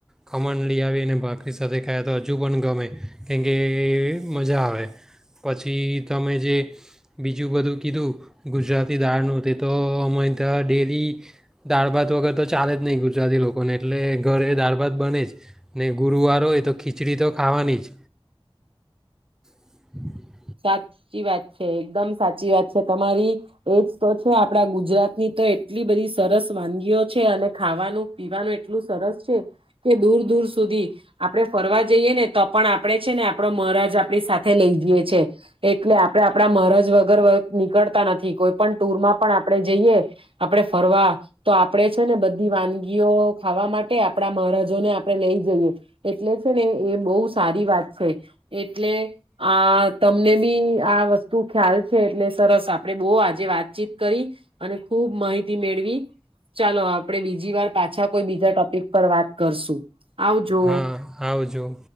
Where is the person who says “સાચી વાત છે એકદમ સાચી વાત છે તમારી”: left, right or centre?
Right